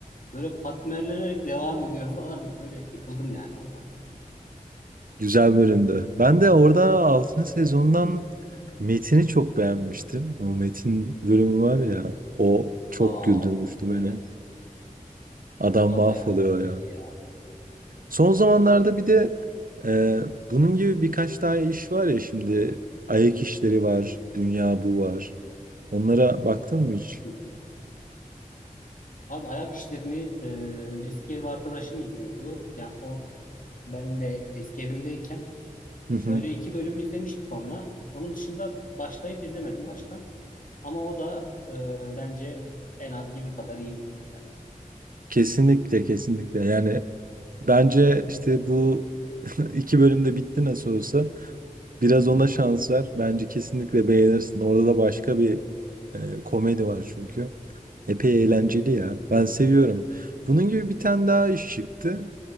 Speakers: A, on the left; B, on the right.
A: böyle katmerlenerek devam ediyor <laughs> falan. Böyle yıkıldım yani orada.
B: Güzel bölümdü. Ben de orada altıncı sezondan Metin'i çok beğenmiştim. O Metin bölümü var ya, o çok
A: Aa
B: güldürmüştü
A: evet
B: beni. Adam
A: o da
B: mahvoluyor
A: bayağı
B: ya.
A: iyiydi ya.
B: Son zamanlarda bir de e, bunun gibi birkaç daha iş var ya şimdi. Ayak işleri var, Dünya Bu var. Onlara baktın mı hiç?
A: Hı hı. Abi ayak işlerini e, eski ev arkadaşım izliyordu. Ya o ben de eski evimdeyken
B: Hı hı.
A: Böyle iki bölüm izlemiştik onunla. Onun dışında başlayıp izlemedim baştan. Ama o da e, bence en az gibi kadar iyi bir dizi ya.
B: Kesinlikle, kesinlikle. Yani bence işte bu <laughs> iki bölümde bitti nasıl olsa. Biraz ona şans ver. Bence kesinlikle beğenirsin. Orada da başka bir e, komedi var çünkü. Epey eğlenceli ya. Ben seviyorum. Bunun gibi bir tane daha iş çıktı.